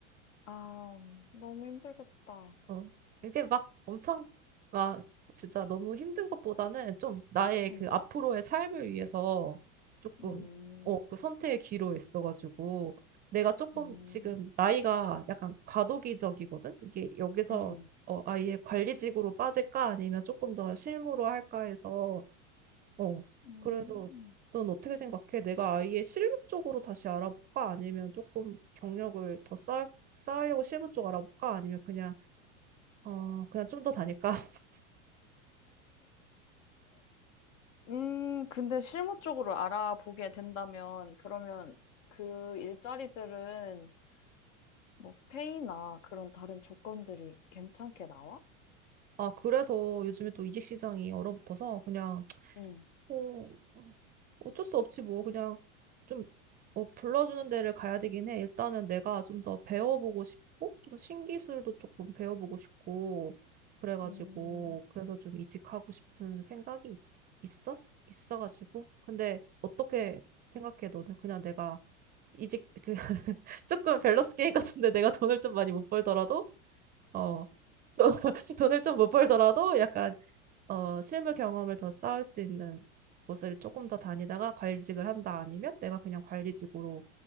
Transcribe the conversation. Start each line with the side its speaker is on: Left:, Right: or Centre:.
Left: 아, 너무 힘들겠다.
Right: 어. 이게 막 엄청 막 진짜 너무 힘든 것보다는 좀 나의 그
Left: 응,
Right: 앞으로의 삶을 위해서 조금
Left: 응,
Right: 어,
Left: 음,
Right: 그 선택의 기로 있어가지고 내가 조금
Left: 음,
Right: 지금 나이가 약간 과도기적이거든? 이게 여기서
Left: 음.
Right: 어, 아예 관리직으로 빠질까 아니면 조금 더 실무로 할까 해서 어,
Left: 응.
Right: 그래서 넌 어떻게 생각해? 내가 아예 실무 쪽으로 다시 알아볼까? 아니면 조금 경력을 더 쌓, 쌓으려고 실무 쪽 알아볼까? 아니면 그냥 어, 그냥 좀 더 다닐까? <laughs>
Left: 음, 근데 실무 쪽으로 알아보게 된다면, 그러면 그 일자리들은 뭐 페이나 그런 다른 조건들이 괜찮게 나와?
Right: 아, 그래서 요즘에 또 이직 시장이 얼어붙어서 그냥,
Left: 응.
Right: 어, 어쩔 수 없지 뭐. 그냥 좀, 어, 불러주는 데를 가야 되긴 해. 일단은 내가 좀 더 배워보고 싶고, 좀 신기술도 조금 배워보고 싶고, 그래가지고,
Left: 음,
Right: 그래서 좀 이직하고 싶은 생각이 있었, 있어가지고. 근데 어떻게 생각해, 너는? 그냥 내가 이직, 그, <laughs> 조금 밸런스 게임 같은데 내가 돈을 좀 많이 못 벌더라도 어, 좀 <laughs> 돈을 좀 못 벌더라도 약간 어, 실무 경험을 더 쌓을 수 있는 곳을 조금 더 다니다가 관리직을 한다 아니면 내가 그냥 관리직으로